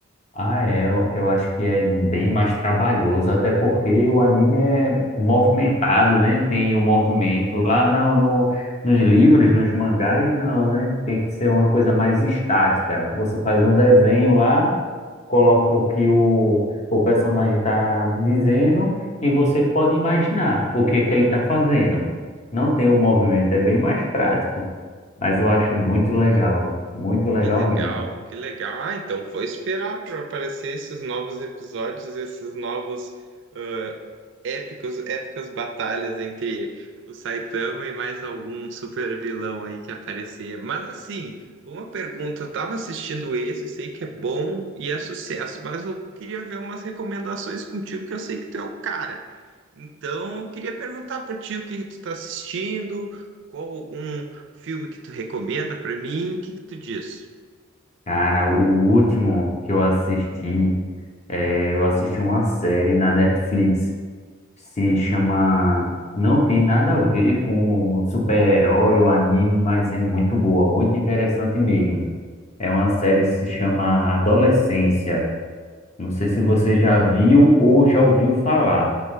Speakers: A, on the left; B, on the right.
A: Ah, é, eu, eu acho que é bem mais trabalhoso, até porque o anime é movimentado, né? Tem o movimento. Lá no, no- nos livros, nos mangás, não, né? Tem que ser uma coisa mais estática. Você faz um desenho lá, coloca o que o, o personagem está dizendo e você pode imaginar o que é que ele está fazendo. Não tem o movimento, é bem mais prático, mas eu acho muito legal,
B: Ai,
A: muito legal
B: que legal,
A: mesmo.
B: que legal. Ah, então vou esperar para aparecer esses novos episódios, esses novos ah, épicos, épicas batalhas entre o Saitama e mais algum super vilão aí que aparecer. Mas assim, uma pergunta, eu tava assistindo esse, sei que é bom e é sucesso, mas eu queria ver umas recomendações contigo que eu sei que tu é o cara. Então, eu queria perguntar para ti o que tu tá assistindo, qual um filme que tu recomenda para mim, o que que tu diz?
A: Cara, o último que eu assisti, é, eu assisti uma série na Netflix, se chama, não tem nada a ver com super-herói ou anime, mas é muito boa, muito interessante mesmo. É uma série que se chama Adolescência. Não sei se você já viu ou já ouviu falar.